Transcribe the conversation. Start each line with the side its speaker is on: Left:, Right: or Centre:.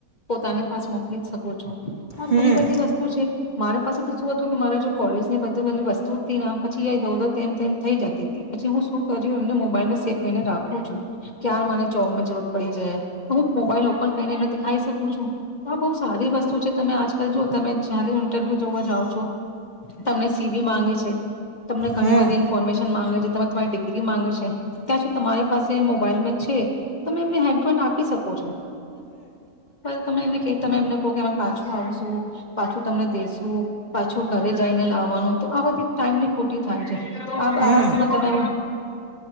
Left: પોતાને પાસ મોકલી જ શકો છો. હ
Right: હમ
Left: ઘણી બધી વસ્તુ છે મારી પાસે તો શું હતું કે મારે જો કોલેજ બધું બી વસ્તુ ના પછી ઇધર ઉધર તેમ તેમ થઈ જતી હતી પછી હું શું કર એમને મોબાઈલ સેફ કરીને રાખું છું ક્યાર મને જોબમાં જરૂર પડી જાય. હું મોબાઈલ ઓપન કરીને થાઈ શકું છું, આ બહુ સારી વસ્તુ છે તમે આજકાલ જો તમે જય્યારે ઇન્ટરવ્યુ જોવા જાઓ છો. તમને સીવી માંગે છે, તમને ઘણી
Right: હમ
Left: બધી ઇન્ફોર્મેશન માંગે છે. તમારી ડિગ્રી માંગે છે, ત્યાં સુ તમારી પાસે મોબાઈલ મે છે તમે એમનેે હેન્ડ તો હેન્ડ ને આપી શકો છો. તમે એને તમે એમને કહો કે અમે પાછું આવશું પાછું તમને દેસુ પાછું ઘરે જઈને લાવવાનું, તો આ બધી ટાઈમ ની ખોટી થાય છે. આ
Right: હમ
Left: આ વસ્તુ તમે